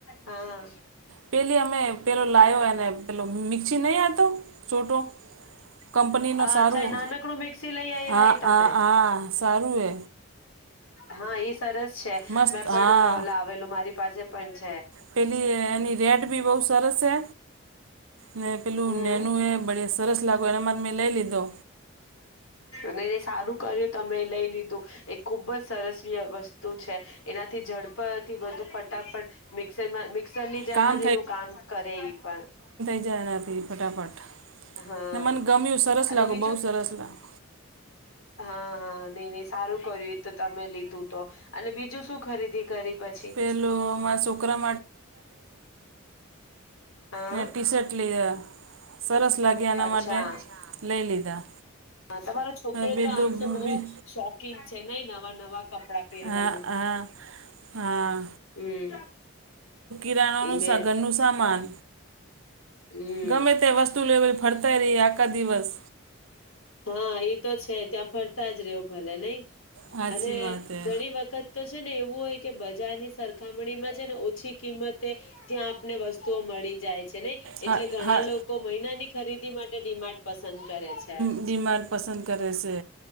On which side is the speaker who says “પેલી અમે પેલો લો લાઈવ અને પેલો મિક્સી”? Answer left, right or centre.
Right